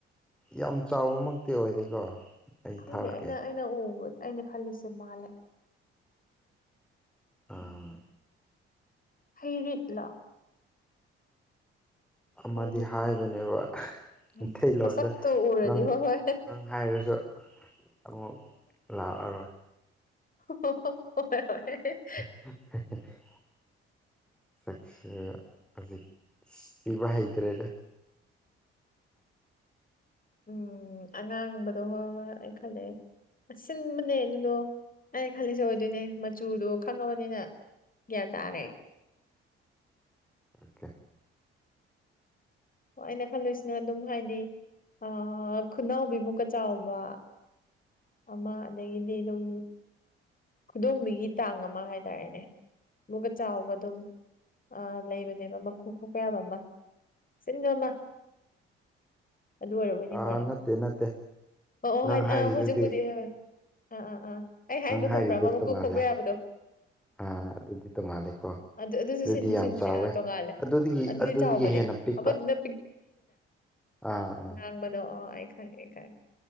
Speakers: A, in the centre; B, on the left.
A: ꯌꯥꯝ ꯆꯥꯎꯕꯃꯛꯇꯤ ꯑꯣꯏꯗꯦꯀꯣ ꯑꯩ
B: ꯈꯪꯗꯦ
A: ꯊꯥꯔꯛꯀꯦ
B: ꯑꯩꯅ ꯑꯩꯅ ꯎꯕ ꯑꯩꯅ ꯈꯜꯂꯤꯁꯦ ꯃꯥꯜꯂꯦ
A: ꯑꯥ
B: ꯍꯩꯔꯤꯠꯂꫭ
A: ꯑꯃꯗꯤ
B: ꯍꯩꯔꯤꯠ
A: ꯍꯥꯏꯕꯅꯦꯕ
B: ꯎꯝ
A: ꯃꯩꯇꯩ ꯂꯣꯟꯗꯥ
B: ꯃꯁꯛꯇꯣ ꯎꯔꯗꯤ
A: ꯅꯪ
B: ꯍꯣꯏ ꯍꯣꯏ
A: ꯅꯪ ꯍꯥꯏꯔꯁꯨ ꯑꯃꯨꯛ ꯂꯥꯛꯑꯔꯣꯏ
B: ꯑꯣ ꯑꯣ ꯍꯣꯏ
A: <unintelligible> ꯁꯛꯁꯦ ꯍꯧꯖꯤꯛ ꯊꯤꯕ ꯍꯩꯇ꯭ꯔꯦꯗ
B: ꯎꯝ ꯑꯉꯥꯡꯕꯗꯣ ꯍꯣꯏ ꯍꯣꯏ ꯑꯩ ꯈꯜꯂꯛꯑꯦ ꯑꯁꯤꯟꯕꯅꯦ ꯑꯗꯨꯗꯣ ꯑꯩꯅ ꯈꯜꯂꯤꯁꯦ ꯑꯣꯏꯗꯣꯏꯅꯦ ꯃꯆꯨꯗꯣ ꯈꯪꯉꯕꯅꯤꯅ ꯒ꯭ꯌꯥꯟ ꯇꯥꯔꯦ
A: ꯑꯣꯀꯦ
B: ꯍꯣꯏ ꯑꯩꯅ ꯈꯜꯂꯨꯏꯁꯤꯅ ꯑꯗꯨꯝ ꯍꯥꯏꯗꯤ ꯑꯥ ꯈꯨꯅꯥꯎꯕꯤꯃꯨꯛꯀ ꯆꯥꯎꯕ ꯑꯃ ꯑꯗꯒꯤꯗꯤ ꯑꯗꯨꯝ ꯈꯨꯗꯣꯝꯕꯤꯒꯤ ꯇꯥꯡ ꯑꯃ ꯍꯥꯏꯇꯥꯔꯦꯅꯦ ꯑꯃꯨꯛꯀ ꯆꯥꯎꯕ ꯑꯗꯨꯝ ꯑ ꯂꯩꯕꯅꯦꯕ ꯑꯃ ꯃꯀꯨ ꯈꫭꯛꯄ ꯌꯥꯕ ꯑꯃ ꯑꯁꯤꯟꯕ ꯑꯃ <inaudible> ꯑꯗꯨ ꯑꯣꯏꯔꯕꯣꯏ ꯅꯤꯡꯉꯨꯔꯦ
A: ꯑꯥ ꯅꯠꯇꯦ ꯅꯠꯇꯦ
B: ꯑꯣ ꯑꯣ
A: ꯅꯪ
B: ꯍꯥꯏ
A: ꯍꯥꯏꯔꯤꯗꯨꯗꯤ
B: ꯑꯥ ꯍꯧꯖꯤꯛꯄꯨꯗꯤ ꯍꫭꯏ ꯑ ꯑ ꯑꯥ ꯑꯩ ꯍꯥꯏꯗꯣ
A: ꯅꯪ ꯍꯥꯏꯔꯤꯗꯣ
B: ꯈꯪꯕ꯭ꯔꯥ ꯃ ꯃꯀꯨ
A: ꯇꯣꯡꯉꯥꯜꯂꯦ
B: ꯈꫭꯛꯄ ꯌꯥꯕꯗꯣ
A: ꯑꯥ ꯑꯗꯨꯗꯤ ꯇꯣꯡꯉꯥꯜꯂꯦꯀꯣ
B: ꯑꯗꯨ ꯑꯗꯨꯁꯨ
A: ꯑꯗꯨꯗꯤ
B: ꯁꯤꯟꯗꯤ
A: ꯌꯥꯝ
B: ꯁꯤꯟꯕꯅꯦ
A: ꯆꯥꯎꯋꯦ
B: ꯑꯥ ꯇꯣꯡꯉꯥꯜꯂꯦ
A: ꯑꯗꯨꯗꯒꯤ
B: ꯑꯗꯨꯗꯤ
A: ꯑꯗꯨꯗꯒꯤ
B: ꯆꯥꯎꯕꯅꯦ
A: ꯍꯦꯟꯅ ꯄꯤꯛꯄ
B: ꯑꯃꯗꯨꯅ
A: ꯑꯥ ꯑꯥ
B: ꯈꯪꯕꯅꯣ ꯑꯣ ꯑꯩ ꯈꯪꯉꯦ ꯈꯪꯉꯦ